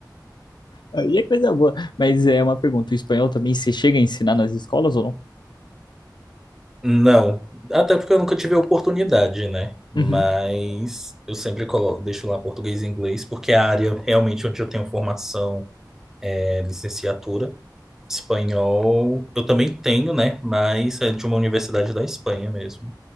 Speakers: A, on the left; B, in the centre.
A: Aí é coisa boa. Mas é uma pergunta: o espanhol também você chega a ensinar nas escolas ou
B: Não, até porque eu nunca tive a oportunidade, né? Mas
A: não? Uhum.
B: eu sempre colo- deixo lá português e inglês, porque é a área realmente onde eu tenho formação é licenciatura. Espanhol eu também tenho, né? Mas é de uma universidade da Espanha mesmo.